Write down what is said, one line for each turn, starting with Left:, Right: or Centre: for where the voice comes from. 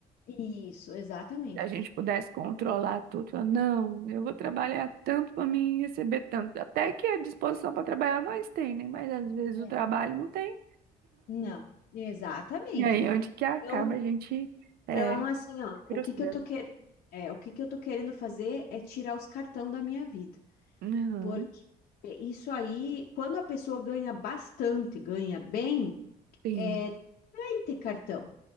Left: Isso, exatamente.
Right: Se a gente pudesse controlar tudo, falar, não, eu vou trabalhar tanto para mim receber tanto. Até que a disposição para trabalhar nós tem, né? Mas às vezes
Left: É.
Right: o trabalho não tem.
Left: Não, exatamente.
Right: E aí onde que acaba
Left: Então,
Right: a gente é,
Left: então, assim, ó,
Right: frustrando.
Left: o que que eu tô querendo, é, o que que eu tô querendo fazer é tirar os cartão da minha vida.
Right: Aham,
Left: Porque isso aí, quando a pessoa ganha bastante, ganha bem,
Right: sim,
Left: é bem ter cartão.